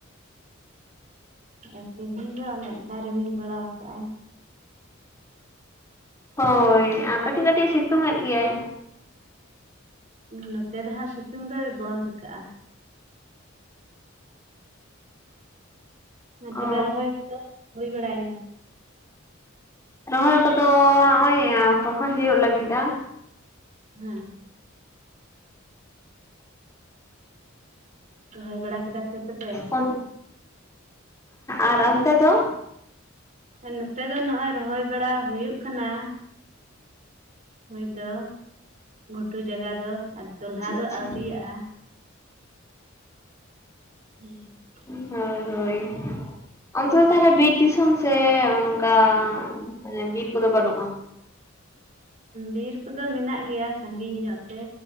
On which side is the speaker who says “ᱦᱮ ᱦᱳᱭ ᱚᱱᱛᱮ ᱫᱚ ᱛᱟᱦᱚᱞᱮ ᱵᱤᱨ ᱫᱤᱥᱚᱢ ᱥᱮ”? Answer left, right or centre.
Left